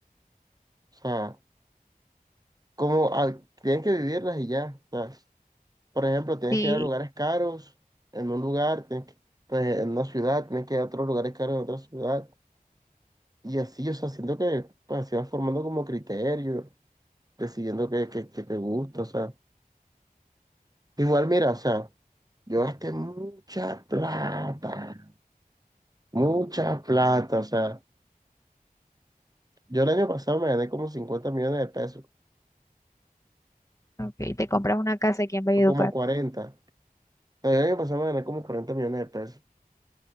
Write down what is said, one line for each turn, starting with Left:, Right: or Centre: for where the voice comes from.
Right: o sea, como ah, tienes que vivirlas y ya. o sea, por ejemplo, tienes
Left: sí,
Right: que ir a lugares caros en un lugar, tienes que- pues, en una ciudad, tienes que ir a otros lugares caros en otra ciudad. Y así, o sea, siento que pues, así vas formando como criterio, decidiendo qué, qué, qué te gusta, o sea. Igual, mira, o sea, yo gasté mucha plata, mucha plata, o sea. Yo el año pasado me gané como 50 millones de pesos,
Left: ok, te compras una casa aquí en Valledupar.
Right: o como cuarenta, O sea, yo el año pasado me gané como 40 millones de pesos.